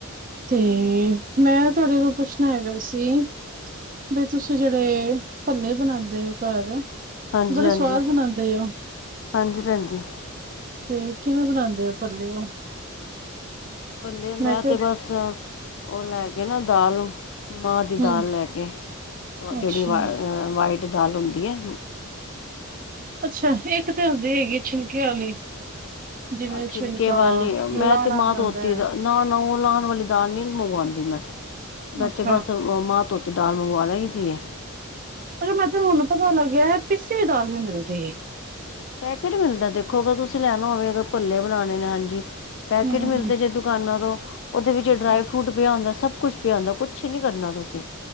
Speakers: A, on the right; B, on the left.
A: ਤੇ, ਮੈਂ ਤੁਹਾਡੇ ਕੋ ਪੁੱਛਣਾ ਹੈਗਾ ਸੀ ਬਈ ਤੁਸੀ ਜਿਹੜੇ ਭੱਲੇ ਬਣਾਉਦੇ ਹੋ ਘਰ
B: ਹਾਂਜੀ-ਹਾਂਜੀ,
A: ਬੜੇ ਸਵਾਦ ਬਣਾਉਂਦੇ ਹੋ
B: ਹਾਂਜੀ ਭੈਣ ਜੀ।
A: ਤੇ ਕਿਵੇਂ ਬਣਾਂਦੇ ਓ ਭਲੇ ਓ?
B: ਭੱਲੇ ਮੈਂ
A: ਕਿਹਾ
B: ਤੇ ਬਸ ਓ ਲੈ ਕੇ ਨਾ ਦਾਲ ਮਾਂਹ ਦੀ ਦਾਲ
A: ਹਮ
B: ਲੈ ਕੇ,
A: ਅੱਛਾ
B: ਜੇੜੀ ਵ-ਵਾਈਟ ਦਾਲ ਹੁੰਦੀ ਐ।
A: ਅੱਛਾ। ਇੱਕ ਤੇ ਹੁੰਦੀ ਹੈਗੀ ਛਿਲਕੇ ਵਾਲੀ ਜਿਵੇਂ
B: ਛਿਲਕੇ
A: ਛਿਲਕਾ
B: ਵਾਲੀ ਮੈਂ
A: ਲਾਣਾ
B: ਤਾਂ ਮਾਂਹ
A: ਪੈਂਦੈ।
B: ਧੋਤੀ ਦਾ ਨਾ ਨਾ ਓ ਲਾਣ ਵਾਲੀ ਦਾਲ ਨੀ ਮੰਗਵਾਂਦੀ ਮੈਂ। ਮੈਂ
A: ਅੱਛਾ
B: ਤੇ ਬਸ ਓ ਮਾਂਹ ਧੋਤੀ ਦਾਲ ਮੰਗਵਾ ਲਈ ਦੀ ਏ।
A: ਪਰ ਮੈਂ ਤੇ ਹੁਨ ਪਤਾ ਲੱਗਿਆ ਪਿੱਸੀ ਹੋਈ ਦਾਲ ਵੀ ਮਿਲਦੀ ਏ।
B: ਪੈਕੇਟ ਮਿਲਦਾ ਦੇਖੋ ਅਗਰ ਤੁਸੀ ਲੈਣਾ ਹੋਵੇ ਅਗਰ ਭੱਲੇ ਬਣਾਣੇ ਨੇ। ਹਾਂਜੀ। ਪੈਕੇਟ
A: ਹਮ
B: ਮਿਲਦੇ ਜੇ ਦੁਕਾਨਾਂ ਤੋਂ। ਓਦੇ ਵਿੱਚ ਡਰਾਈ
A: ਹਮ
B: ਫਰੂਟ ਪੇਆ ਹੁੰਦਾ‌। ਸਭ ਕੁਛ ਪੇਆ ਹੁੰਦਾ‌। ਕੁਛ ਨੀ ਕਰਨਾ ਤੁਸੀ।